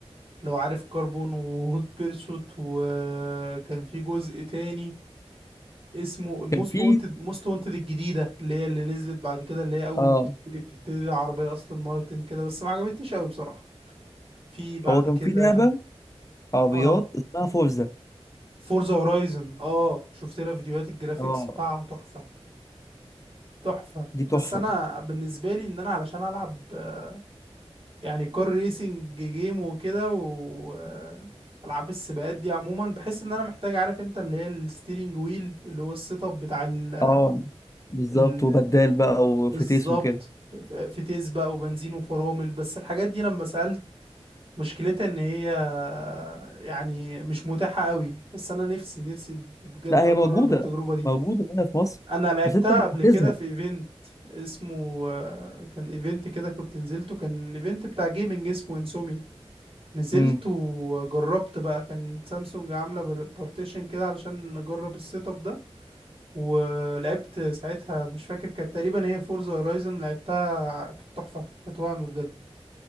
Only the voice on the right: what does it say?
لو عارف كاربون وهوت بيرسوت وكان في جزء تاني اسمه الموست
وونتد موست وونتد الجديده اللي هي اللي نزلت بعد كده اللي هي اول
ما
بتبتدي بتبتدي العربيه اصلا مارتن كده بس ما عجبتنيش قوي بصراحه في بعد
كده
اه
فورزا هورايزن اه شفت لها فيديوهات الجرافيكس
بتاعها تحفة تحفة
بس انا بالنسبة لي ان انا علشان العب آه، يعني كار ريسنج جيم وكده و آه، العاب السباقات دي عموما بحس ان انا محتاج عارف انت اللي هي الستيرنج ويل اللي هو السيت اب بتاع ال... ال...
ال-
ال-
بالظبط
ف- فتيس بقى وبنزين وفرامل بس الحاجات دي لما سألت مشكلتها ان هي يعني مش متاحة قوي بس انا نفسي نفسي بجد
اجرب
التجربة دي
انا لعبتها
قبل
كده في ايفنت اسمه آه، كان ايفنت كده كنت نزلته كان ايفنت بتاع جيمنج اسمه انسوميا نزلت
وجربت بقى كان سامسونج عاملة بارتيشن كده علشان نجرب السيت اب ده ولعبت ساعتها مش فاكر كانت تقريبا هي فورزا هورايزن لعبتها كانت تحفة كانت وهم بجد